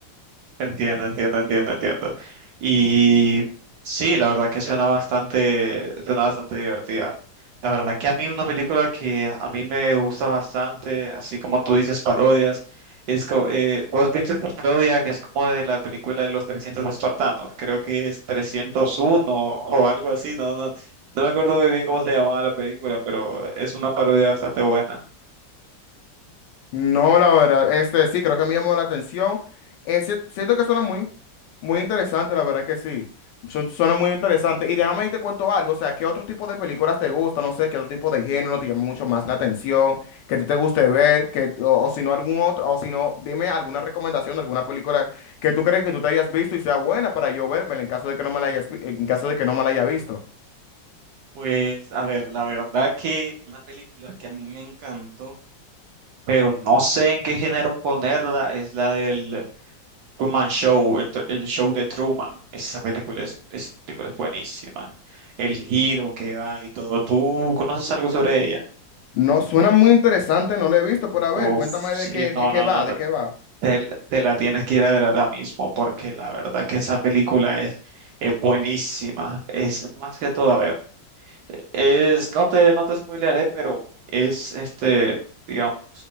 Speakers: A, on the right (about 70°); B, on the left (about 75°).
A: entiendo, entiendo, entiendo, entiendo. Y sí, la verdad que suena bastante, suena bastante divertida. La verdad que a mí una película que a mí me gusta bastante, así como tú dices parodias, es co- eh, ¿tú has visto esta parodia que es como de la película de los 300 espartanos? Creo que es 301 o algo así, no, no, no me acuerdo muy bien cómo se llamaba la película, pero es una parodia bastante buena.
B: No, la verdad, este sí, creo que me llamó la atención. Eh, si- siento que suena muy, muy interesante, la verdad que sí. Su- suena muy interesante. Y déjame y te cuento algo, o sea, ¿qué otro tipo de películas te gusta? No sé, ¿qué otro tipo de género te llama mucho más la atención? Que a ti te guste ver, que, o, o si no algún otro, o si no, dime alguna recomendación de alguna película que tú crees que tú te hayas visto y sea buena para yo vérmela en caso de que no me la hayas, vi- en caso de que no me la haya visto.
A: Pues, a ver, la verdad que una película que a mí me encantó. pero no sé en qué género ponerla, es la del Truman Show, el, tr- el show de Truman. Esa película es, es película es buenísima. El giro que da y todo. ¿Tú conoces algo sobre ella?
B: No, suena muy interesante, no lo he visto, pero a
A: Uf,
B: ver, cuéntame
A: sí,
B: de qué,
A: no,
B: de qué
A: no,
B: va,
A: no. no.
B: de qué va.
A: Te, te la tienes que ir a ver ahora mismo porque la verdad que esa película es, es buenísima. Es más que todo, a ver, es, no te, no te spoilearé, pero es este, digamos,